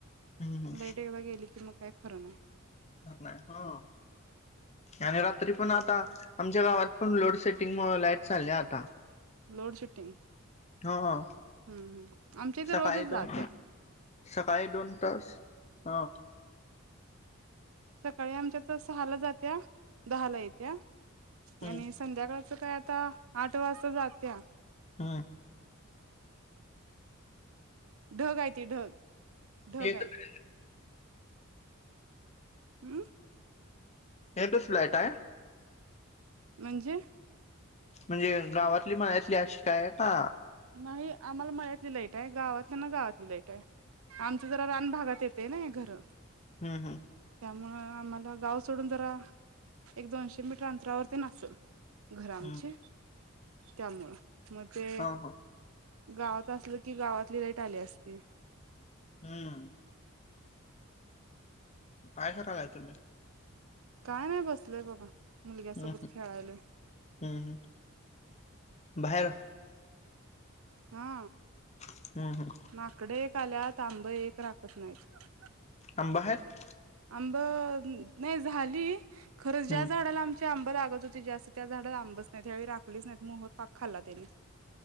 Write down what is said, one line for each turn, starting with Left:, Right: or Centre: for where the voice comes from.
Left: हम्म
Right: लाईट एव गेली की मग काय खरं ना आहे
Left: घ नाही हा आणि रात्री पण आता आमच्या गावात पण लोड शेडिंग म लाईट चालल्या आता
Right: लोड शेटिंग
Left: हा ह
Right: हम्म हम्म आमच्या इथे
Left: सकाळी
Right: रोजच जात्या
Left: दोन सकाळी दोन तास हा
Right: सकाळी आमच्यात सहाला जात्या दहाला येत्या
Left: हम्म
Right: आणि संध्याकाळ अस काय आता आठ वाजता जात त्या
Left: हम्म
Right: ढग आहे त ढग ढग
Left: हे
Right: आहे
Left: तर
Right: हम्म
Left: एट फ्लईट आहे
Right: म्हणजे
Left: म्हणजे गावातली माया्यातली अ शिका आहे का
Right: नाही आम्हाला मळ्यातली लाईट आहे गावातल्या ना गावातली लाईट आहे आमचं जरा रान भागात येते ना हे घर
Left: हम्म हम्म
Right: त्यामु आम्हाला गाव सोडून जरा एक दोनशे मीटर अंतरावरती नसेल घर आमचे
Left: हम्म
Right: त्यामुळं मग ते
Left: हा हा
Right: गावात असलं की गावातली लाईट आली असते
Left: हम्म काय करायलाय तुम्ही
Right: काय नाही बसलय बघा मुलग्यासोबत
Left: हम्म
Right: खेळायला
Left: हम्म हम्म हम्म बाहेर
Right: हा
Left: हम्म हम्म
Right: माकडे आल्यात तांब एक राखत नाहीत
Left: आंबा आहेत
Right: आंब नाही झाली खरच ज्या
Left: हम्म
Right: झाडाला आम आंब लागत होती जास्त त्या झाडाला आंबच नाही त्यावेळी राखलीच नाही मोहर पाक खाल्ला त्याने